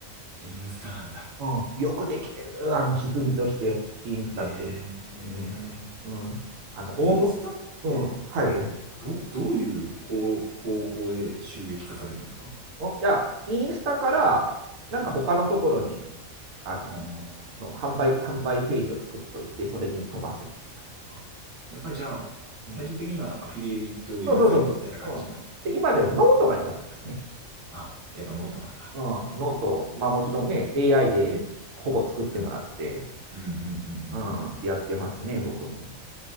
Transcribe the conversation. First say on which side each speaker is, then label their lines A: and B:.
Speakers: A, on the right; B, on the right.
A: インスタなんだ。
B: うん、よくできてる、あの仕組みとして、インスタって。
A: えー、
B: うん、うん、あの、
A: インスタって、
B: オウム、うん、はい。
A: どう、どういう方、方向で収益化されるんですか
B: お、いや、インスタから、なんか他のところに、
A: うん。
B: あの、
A: あ
B: の販売、
A: あ、
B: 販売ページを作っといて、それに飛ばすみたいな。
A: あ、やっぱりじゃあ、
B: うん、
A: 最終的にはアフィリエイトウェブサイトみたいな感じの。
B: そうそうそうそう。うん、で、今でノートがいいと思いますね。
A: はあ、はああやっぱノートなんだ。
B: うん、ノート、まあもちろんね、AI でほぼ作ってもらって、
A: うん、うん、うん、うん、うん、うん
B: うん、
A: うん
B: やってますね、僕も。